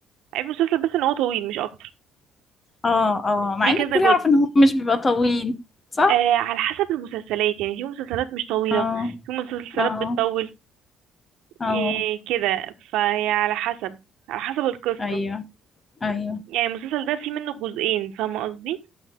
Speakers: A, on the right (about 80°); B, on the left (about 20°).
A: عيب المسلسل بس ان هو طويل مش اكتر
B: اه اه مع
A: ليه
B: ان
A: كذا
B: الكل
A: جزء
B: يعرف ان هو مش بيبقى طويل صح
A: آه على حسب المسلسلات يعني في مسلسلات مش طويلة
B: اه
A: في مسلسلات
B: اه
A: بتطول
B: اه
A: إيه كده فهي على حسب على حسب القصة
B: ايوه ايوه
A: يعني المسلسل ده فيه منه جزئين فاهمة قصدي